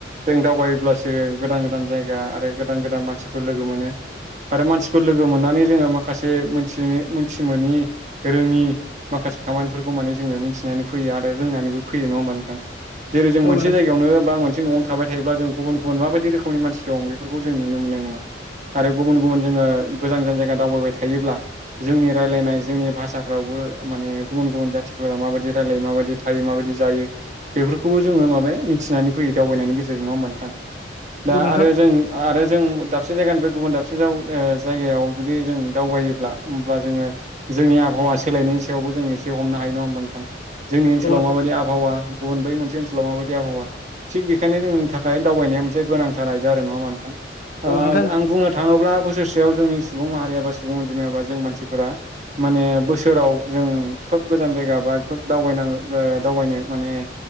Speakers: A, on the right (about 35°); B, on the left (about 40°).
A: जों दावबायोब्लासो गोदान गोदान जायगा आरो गोदान गोदान मानसिफोर लोगो मोनो आरो मानसिफोर लोगो मोननानै जोङो माखासे थिग‌ मोनथिमोनि रोङि माखासे खामानिफोरखौ माने जोङो मिथिनानै फैयो आरो ओ रोंनानैबो फैयो नङा होमबा नोंथां जेरै जों
B: औ
A: मोनसे
B: नों
A: जायगायावनो बा मोनसे न'आवनो थाबाय थायोब्ला जों गुबुन गुबुन माबायदि रोखोमनि मानसि दं बेफोरखौ जों नुनो मोननाय नङा। आरो गुबुन गुबुन जोङो गोजान गोजान जायगा दावबायबाय थायोब्ला जोंनि रायजलायनाय जोंनि भाषाफ्रावबो माने गुबुन गुबुन जाथिफोरा माबायदि रायलायो माबायदि थायो माबायदि जायो बेफोरखौबो जोङो माने मिथिनानै फैयो दावबायनायनि गेजेरजोंनो नोंथां। दा
B: औ नोंथां
A: आरो जों आरो जों दाबसे जायगानिफ्राय गुबुन दाबसे जायगायाव जुदि जों दावबायोब्ला होमब्ला जोङो जोंनि आबहावा सोलायनायनि सायावबो जों एसे हमनो हायो नङा होमबा नोंथां? जोंनि ओनसोलाव
B: औ
A: माबादि आबहावा गुबुन बै मोनसे ओनसोलाव माबायदि आबहावा? थिग बेखायनो जोंनि थाखाय दावबायनाया मोनसे गोनांथार आयदा आरो नङा होमब्ला नोंथां? ओ
B: नोंथां
A: आं बुंनो थाङोब्ला बोसोरसेयाव जोंनि सुबुं माहारिय बा सुबुं अनजिमाया बा जों मानसिफोरा माने बोसोराव जों खोब गोजान जायगा बा खोब दावबायनानै ओ दावबायनो माने